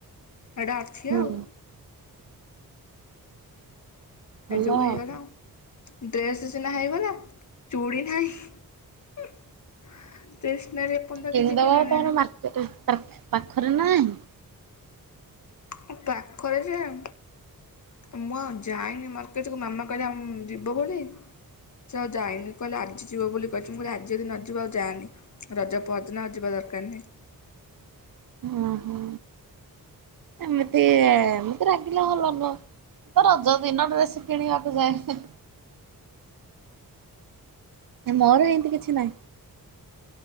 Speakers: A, on the left (about 50°); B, on the right (about 65°).
A: ହେଇଟା ଅଛିି
B: ହୁଁ
A: ଆଉ।
B: ଭଲ
A: ହେଇ ଯୋଗୁ
B: ଆଉ
A: ହେଇଗଲା ଆଉ। ଡ୍ରେସ୍ ସିନା ହେଇଗଲା, ଚୁଡ଼ି ନାହିଁ। ଷ୍ଟେସନାରୀ ଏପରର୍ଯ୍ୟନ୍ତ ତ
B: କିଣିଦବ
A: କିଛି କିଣା ନାହିଁ।
B: <unintelligible> ପାଖରେ ନାହିଁ?
A: ହଁ, ପାଖରେ ଯେ ଏ ମୁଁ ଆଉ ଯାଇନି ମାର୍କେଟକୁ, ମାମା କହିଲା ଆ ଯିବ ବୋଲି ସେ ଆଉ ଯାଇନି, କହିଲା ଆଜି ଯିବ ବୋଲି କହିଚି, ମୁଁ କହିଲି ଆଜି ଯଦି ନ ଯିବୁ ଆଉ ଯାଆନି। ରଜ ପଅରିଦିନ ଆଉ ଯିବା ଦରକାର ନାହିଁ।
B: ଓ ହୋ। ଏମିତି, ଏମତି ରାଗିଲେ <unintelligible> ମୁଁ ତ ରଜ ଦିନ ଡ୍ରେସ କିଣିବାକୁ ଯାଏ, ହେଁ। ମୋର ହେମିତି କିଛି ନାହିଁ।